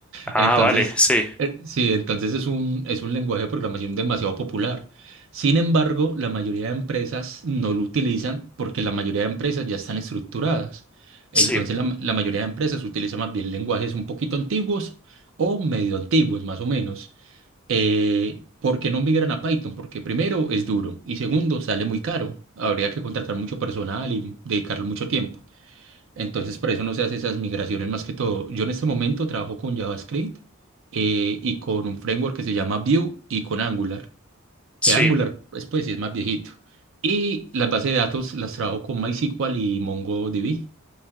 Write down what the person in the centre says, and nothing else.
Ah,
vale, sí,
sí,
sí.